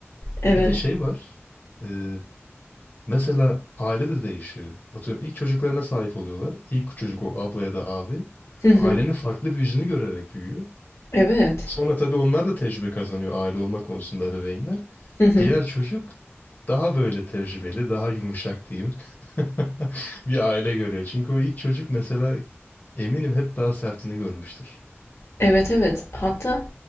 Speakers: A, on the left (about 90°); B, on the left (about 40°).
A: Evet.
B: Bir de şey var. e, mesela aile de değişiyor. Atıyorum ilk çocuklarına sahip oluyorlar. İlk çocuk o abla ya da abi
A: Hı hı.
B: ailenin farklı bir yüzünü görerek büyüyor.
A: Evet.
B: Sonra tabii onlar da tecrübe kazanıyor aile olma konusunda ebeveynler.
A: Hı hı.
B: Diğer çocuk daha böyle tecrübeli, daha yumuşak diyeyim. <laughs> Bir aile görüyor. Çünkü o ilk çocuk mesela eminim hep daha sertini görmüştür.
A: Evet evet. Hatta